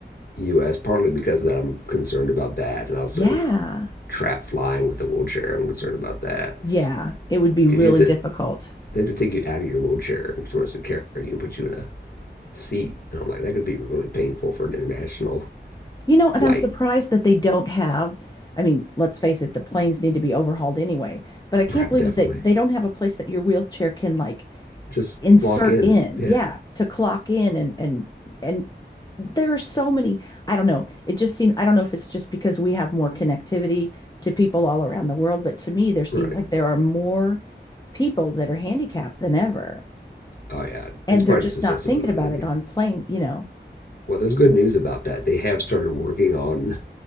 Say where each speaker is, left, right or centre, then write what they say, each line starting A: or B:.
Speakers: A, on the left; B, on the left.
A: U.S. partly because of that I'm concerned about that, and also
B: Yeah.
A: trap flying with a wheelchair. I'm concerned about that
B: Yeah, it would be
A: because
B: really
A: you have to
B: difficult.
A: they have to take you out of your wheelchair and someone has to carry you and put you in a seat, and I'm like that could be really painful for an international
B: You know, and
A: flight.
B: I'm surprised that they don't have, I mean, let's face it, the planes need to be overhauled anyway, but I can't
A: Right,
B: believe
A: definitely.
B: that they, they don't have a place that your wheelchair can like
A: Just
B: insert
A: lock in.
B: in.
A: Yeah,
B: Yeah, to clock in and and and there are so many, I don't know. It just seems I don't know if it's just because we have more connectivity to people all around the world, but to me there seems
A: right.
B: like there are more people that are handicapped than ever.
A: Oh yeah,
B: And
A: it's probably
B: they're just
A: just accessibility.
B: not thinking about it on plane, you know.
A: Well, there's good news about that. They have started working on